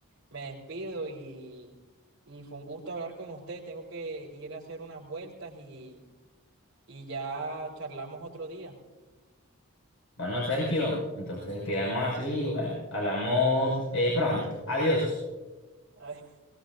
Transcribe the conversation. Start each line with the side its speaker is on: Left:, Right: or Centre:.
Right: me despido y, y fue un gusto hablar con usted. Tengo que ir a hacer unas vueltas y, y ya charlamos otro día.
Left: Bueno, Sergio, entonces quedamos así, bueno, hablamos eh, pronto. Adiós.
Right: <laughs>